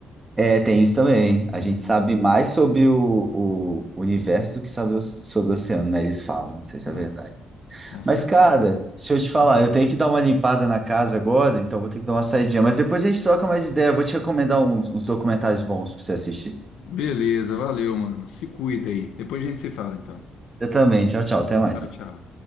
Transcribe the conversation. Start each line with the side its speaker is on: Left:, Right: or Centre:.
Right: É, tem isso também.
Left: Uhum.
Right: A gente sabe mais sobre o, o universo do que sabe o- sobre o oceano, né? Eles falam, não sei se
Left: É,
Right: é verdade.
Left: com certeza.
Right: Mas, cara, deixa eu te falar,
Left: Hum.
Right: eu tenho que dar uma limpada na casa agora, então vou ter que dar uma saidinha. Mas depois a gente troca mais ideia. Vou te recomendar uns, uns documentários bons pra você assistir.
Left: Beleza, valeu, mano. Se cuida aí. Depois a gente se fala, então.
Right: Eu também. Tchau, tchau. Até mais.
Left: Tchau, tchau.